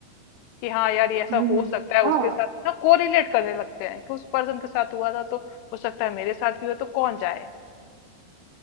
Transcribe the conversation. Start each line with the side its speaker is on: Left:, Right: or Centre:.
Left: कि हाँ यार ये ऐसा
Right: हम्म
Left: हो
Right: हम्म
Left: सकता है उसके
Right: हाँ
Left: साथ ना कोरिलेट करने लगते हैं कि उस पर्सन के साथ हुआ था तो हो सकता है मेरे साथ भी हो तो कौन जाए